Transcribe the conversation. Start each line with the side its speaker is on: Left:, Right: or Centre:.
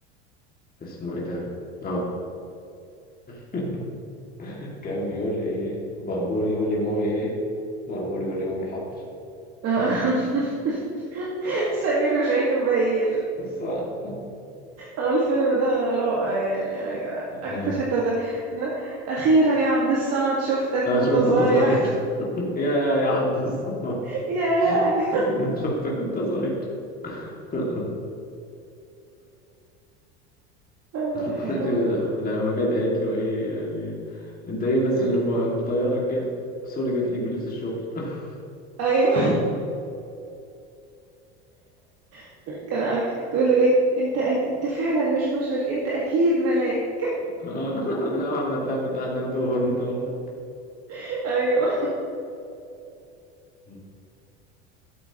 Left: اسمه ايه ده اه <laughs> كان بيقول ايه بهبوري يقول لي مامي ايه بهبوري يقول لي مامي حاضر
Right: <laughs>
Left: <laughs>
Right: سمير وشهير وبهير
Left: بس آه.
Right: آه، الفيلم ده رائع يعني ايوه
Left: <laughs> أنا
Right: اكتر حته ده اخيرا يا عبد الصمد شفتك وانت
Left: شفت
Right: صغير
Left: أنت صغير <laughs> يا يا عبد الصمد
Right: <laughs> ياه <laughs>
Left: <laughs> شفتك وأنت صغير <laughs>
Right: ايوه
Left: شوف
Right: حلو
Left: لما جت قالت له إيه يعني أنت إيه بس
Right: مم.
Left: اللي م- مطيرك كده سوري جت لك بلبس الشغل <laughs>
Right: ايوه <laughs> كان عارف تقول له ايه انت أك... انت فعلا مش بشر انت اكيد ملاك
Left: آه، لا محمد فهمي ده ده أنت أوفر أنت أم
Right: <laughs> ايوه
Left: <laughs>